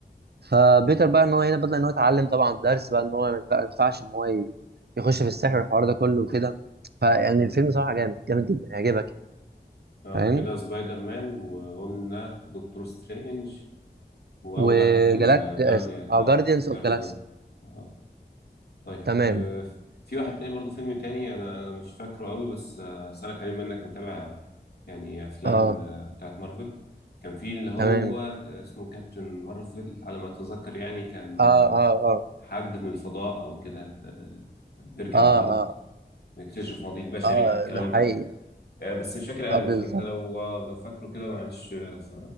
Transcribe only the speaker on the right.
فبيتر بقى ان هو هنا بدأ ان هو يتعلم طبعا درس بقى ان هو ما ينفع- ما ينفعش ان هو ي- يخش في السحر والحوار ده كله وكده فيعني
الفيلم صراحه جامد جامد جدا هيعجبك يعني
فاهم
وجالاك
اه
جارديانز
اوف جالاكسي
تمام
اه
تمام
اه اه اه
اه
اه
اه
ده حقيقي
اه بالظبط